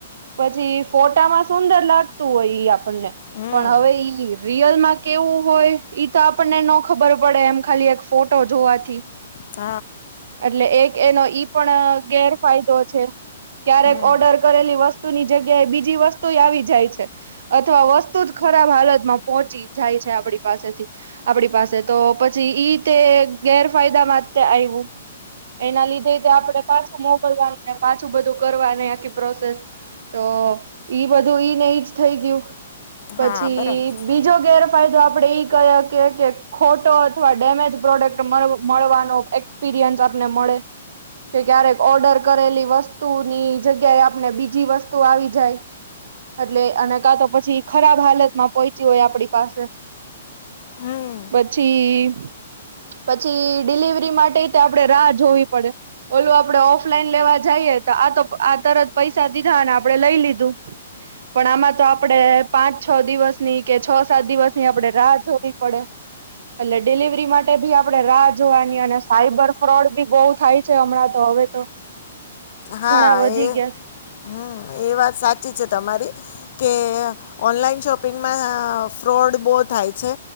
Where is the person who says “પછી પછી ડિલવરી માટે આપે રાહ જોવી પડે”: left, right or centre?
Right